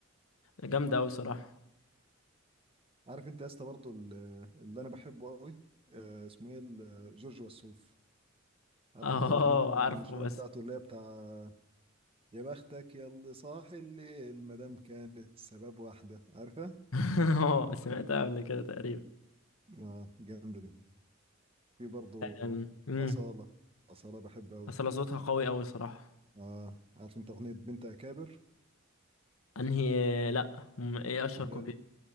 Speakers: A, on the left; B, on the right.
A: جامدة أوي صراحة
B: عارف انت يا اسطى برضه ال- اللي انا بحبه قوي آه، اسمه ايه ال- جورج وسوف عارف
A: اه
B: انت الاغنيه المشهوره
A: عارفه بس
B: بتاعته اللي هي بتاع يا بختك يا اللي صاحي الليل ما دام كان السبب واحده عارفها
A: <laughs> اه سمعتها قبل كده تقريبا
B: اه جامده دي في برضه
A: أم، مم.
B: اصاله اصاله بحبها قوي
A: اصل صوتها قوي قوي صراحة
B: اه عارف انت اغنيه بنت اكابر
A: انهي لا م- ايه اشهر
B: اللي
A: كوبليه
B: هي